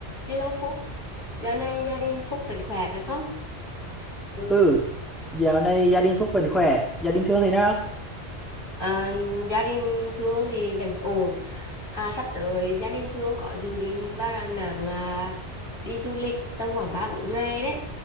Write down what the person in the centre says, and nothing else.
Ừ, dạo này gia đình Phúc vẫn khỏe, gia đình Thương thế nào?